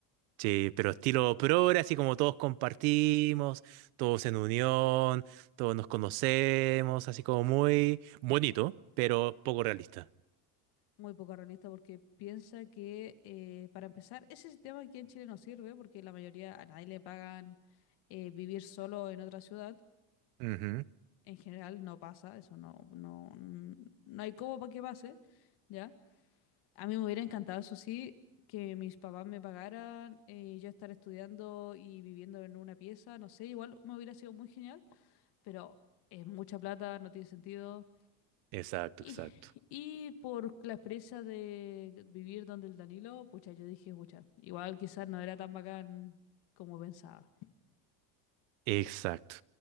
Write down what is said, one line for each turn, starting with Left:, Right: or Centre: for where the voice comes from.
Right: Sí, pero estilo progre, así como todos compartimos, todos en unión, todos nos conocemos, así como muy bonito, pero poco realista.
Left: Muy poco realista porque piensa que, eh, para empezar, ese sistema aquí en Chile no sirve porque la mayoría a nadie le pagan eh, vivir solo en otra ciudad.
Right: Ujú.
Left: En general no pasa, eso no, no, mm, no hay cómo para que pase, ¿ya? A mí me hubiera encantado, eso sí, que mis papás me pagaran, eh, yo estar estudiando y viviendo en una pieza, no sé, igual me hubiera sido muy genial, pero es mucha plata, no tiene sentido.
Right: Exacto,
Left: Y,
Right: exacto.
Left: y por la experiencia de vivir donde el Danilo, pucha, yo dije, pucha, igual quizás no era tan bacán como pensaba.
Right: Exacto.